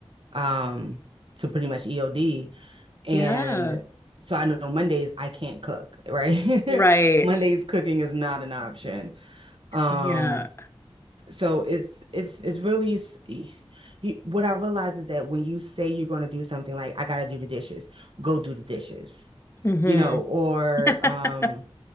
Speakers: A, on the right; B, on the left.
A: um, so pretty much EOD. And
B: Yeah.
A: so I know Mondays I can't cook, right?
B: Right.
A: <laughs> Mondays cooking is not an option. Um,
B: Yeah.
A: so it's it's it's really s- y- y- what I realize is that when you say you're going to do something like I gotta do the dishes, go do the dishes,
B: hmm
A: you know, or
B: <laughs>
A: um,